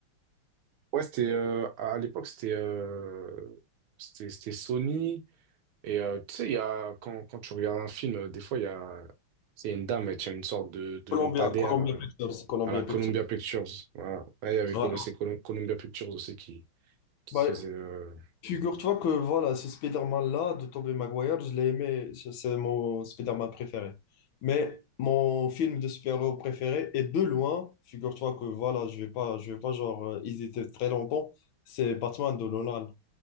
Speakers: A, on the right (about 75°); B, on the left (about 75°).
A: Ouais, c'était euh, à l'époque c'était euh, c'était c'était Sony et euh, tu sais il y a quand quand tu regardes un film euh, des fois il y a c'est une dame elle tient une sorte de de
B: Columbia,
A: lampadaire
B: Columbia
A: euh,
B: Pictures, Columbia
A: à la Columbia
B: Pictures.
A: Pictures voilà là il y avait
B: Ouais.
A: Col- c'est Col- Columbia Pictures aussi qui, qui
B: Bah,
A: faisait euh,
B: Figure-toi que voilà, ce Spider-Man-là de Tobey Maguire, je l'ai aimé, c'est c'est mon Spider-Man préféré. Mais mon film de super-héros préféré est de loin, figure-toi que voilà, je vais pas, je vais pas genre euh, hésiter très longtemps, c'est Batman de Nolan,